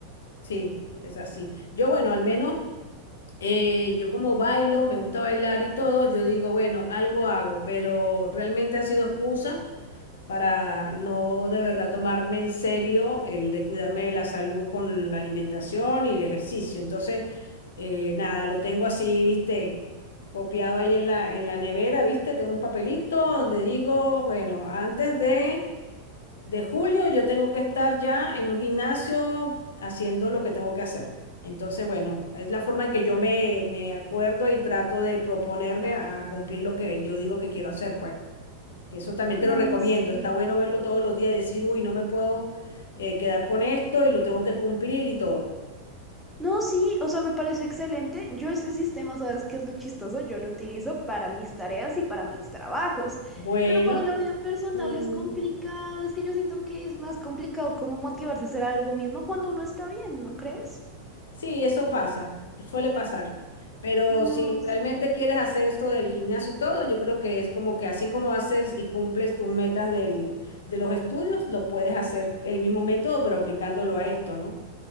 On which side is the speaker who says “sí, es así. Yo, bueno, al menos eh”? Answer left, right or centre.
Left